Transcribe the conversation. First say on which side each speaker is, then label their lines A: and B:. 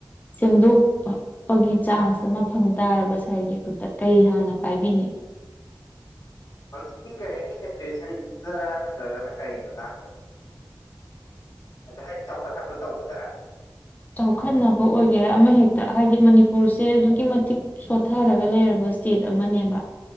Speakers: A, on the left; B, on the left.
A: ꯁꯦꯝꯗꯣꯛꯄ ꯄꯒꯤ ꯆꯥꯟꯁ ꯑꯃ ꯐꯪ ꯇꯥꯔꯕ ꯁꯥꯔꯒꯤ ꯈꯨꯠꯇ ꯀꯩ ꯍꯥꯟꯅ ꯄꯥꯏꯕꯤꯅꯤ
B: ꯍꯧꯖꯤꯛꯀꯤ ꯀꯔꯦꯟꯒꯤ ꯁꯦꯆꯨꯋꯦꯁꯟꯁꯤꯗꯔꯥ ꯅꯠꯇ꯭ꯔꯒꯅ ꯀꯔꯤ ꯃꯇꯥꯡꯗꯅꯣ ꯑꯗ ꯍꯥꯏꯗꯤ ꯆꯥꯎꯈꯠꯅꯕ ꯇꯧꯕꯗꯔꯥ
A: ꯆꯥꯎꯈꯠꯅꯕ ꯑꯣꯏꯒꯦꯔꯥ ꯑꯃ ꯍꯦꯛꯇ ꯍꯥꯏꯗꯤ ꯃꯅꯤꯄꯨꯔ ꯁꯦ ꯑꯗꯨꯛꯀꯤ ꯃꯇꯤꯛ ꯁꯣꯊꯔꯒ ꯂꯩꯔꯕ ꯏꯁ꯭ꯇꯦꯠ ꯑꯃꯅꯦꯕ